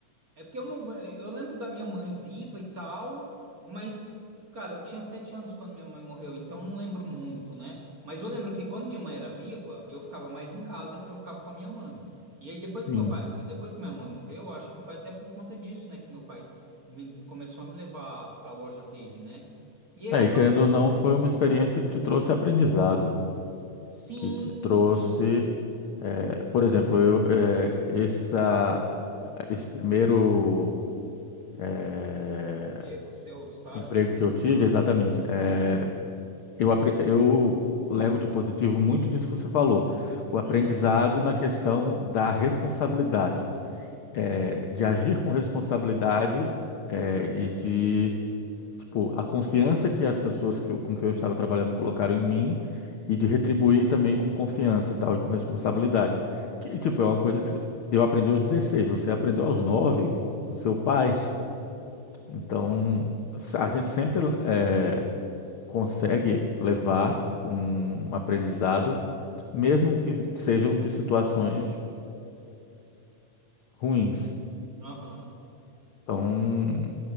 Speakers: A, on the right; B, on the left.
A: É porque eu não, eu lembro da minha mãe viva e tal, mas, cara, eu tinha sete anos quando minha mãe morreu, então não lembro muito, né? Mas eu lembro que quando minha mãe era viva, eu ficava mais em casa porque eu ficava com a minha mãe. E aí depois
B: sim.
A: que meu pai, e depois que minha mãe morreu, eu acho que foi até por conta disso, né, que meu pai me- começou a me levar para a loja dele, né? E aí
B: É,
A: eu
B: e
A: falo
B: querendo
A: que
B: ou não, foi uma experiência que te trouxe aprendizado,
A: sim,
B: que te trouxe,
A: sim,
B: eh, por exemplo, eu, eh, essa, esse primeiro eh,
A: emprego, seu estágio,
B: emprego que eu tive, exatamente. eh, Eu, apre- eu levo de positivo muito disso que você falou, o aprendizado
A: Uhum.
B: na questão da responsabilidade, é, de agir com responsabilidade, é, e de, tipo, a confiança que as pessoas que eu- com quem eu estava trabalhando colocaram em mim e de retribuir também com confiança e tal, e com responsabilidade. Que, tipo, é uma coisa que você- eu aprendi aos 16, você aprendeu aos 9 com seu pai,
A: sim,
B: então
A: sim,
B: a gente sempre, é, consegue levar um aprendizado, mesmo que sejam de situações ruins.
A: aham,
B: Então,